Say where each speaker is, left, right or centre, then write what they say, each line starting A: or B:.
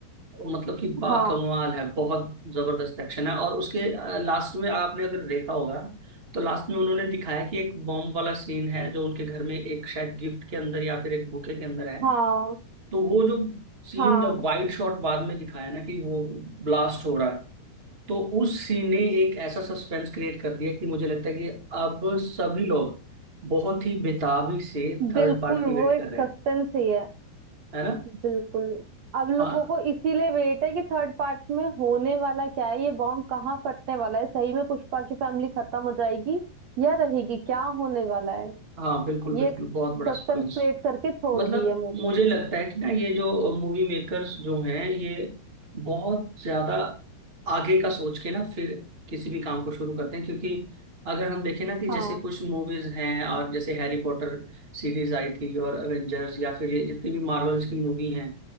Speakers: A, on the right (about 25°); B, on the right (about 85°).
A: वो मतलब कि बाकमाल
B: हाँ
A: है बहुत जबरदस्त एक्शन है और उसके लास्ट में आपने अगर देखा होगा तो लास्ट में उन्होंने दिखाया कि एक बॉम्ब वाला सीन है जो उनके घर में एक शायद गिफ्ट के अंदर या फिर एक बुके के अंदर है
B: हाँ
A: तो वो जो सीन
B: हाँ
A: जब वाइड शॉट बाद में दिखाया ना कि वो ब्लास्ट हो रहा है तो उस सीन ने एक ऐसा सस्पेंस क्रिएट कर दिया कि मुझे लगता है कि अब सभी लोग बहुत ही बेताबी से थर्ड
B: बिल्कुल
A: पार्ट की वेट
B: वो एक
A: कर रहे
B: सस्पेंस
A: हैं
B: ही है
A: है ना
B: बिल्कुल अब लोगों
A: हाँ
B: को इसीलिए वेट है कि थर्ड पार्ट में होने वाला क्या है ये बॉम्ब कहाँ फटने वाला है सही में पुष्पा की फैमिली खत्म हो जाएगी या रहेगी क्या होने वाला है
A: हाँ बिल्कुल
B: ये
A: बिल्कुल बहुत बड़ा
B: सस्पेंस
A: सस्पेंस
B: क्रिएट करके छोड़
A: मतलब
B: दी है मूवी
A: मुझे लगता है कि ना ये जो मूवी मेकर्स जो हैं ये बहुत ज्यादा आगे का सोच के ना फिर किसी भी काम को शुरू करते हैं क्योंकि अगर हम देखें ना कि
B: हाँ
A: जैसे कुछ मूवीज हैं और जैसे हैरी पॉटर सीरीज आई थी और एवेंजर्स या फिर ये जितनी भी मार्वल्स की मूवी हैं